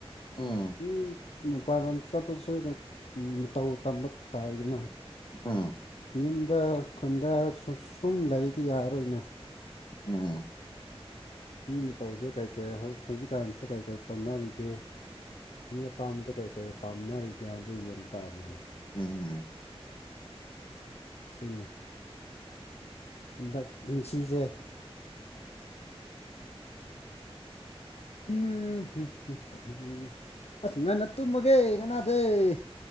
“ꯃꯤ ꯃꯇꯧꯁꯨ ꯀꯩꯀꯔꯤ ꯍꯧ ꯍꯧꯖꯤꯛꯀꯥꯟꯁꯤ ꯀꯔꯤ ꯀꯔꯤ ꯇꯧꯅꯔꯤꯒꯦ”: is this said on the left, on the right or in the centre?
Left